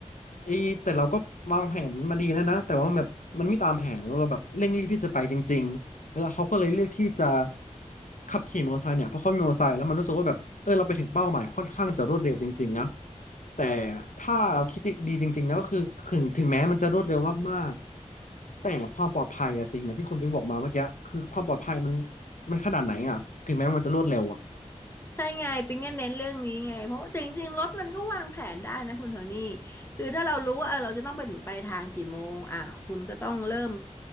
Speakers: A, on the left; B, on the left.
A: เอยแต่เราก็วางแผนมาดีแล้วนะแต่ว่าแบบมันไม่ตามแผนแล้วเราแบบเร่งรีบที่จะไปจริง แล้วเขาก็เลยเลือกที่จะขับขี่มอเตอร์ไซค์เนี่ยเพราะเขามีมอเตอร์ไซค์แล้วมันรู้สึกว่าแบบเออเราไปถึงเป้าหมายค่อนข้างจะรวดเร็วจริงๆนะแต่ถ้าเราคิดดีจริงๆนะก็คือถึงถึงแม้มันจะรวดเร็วมากๆแต่ความปลอดภัยอะสิเหมือนที่คุณปิ๊งบอกมาเมื่อกี้คือความปลอดภัยมันมันขนาดไหนอะถึงแม้มันจะรวดเร็วอะ
B: ใช่ไงปิ๊งก็เน้นเรื่องนี้ไงเพราะว่าแต่จริงๆรถมันก็วางแผนได้นะคุณโทนี่คือถ้าเรารู้ว่าเออเราจะต้องไปถึงปลายทางกี่โมงอ่าวคุณก็ต้องเริ่ม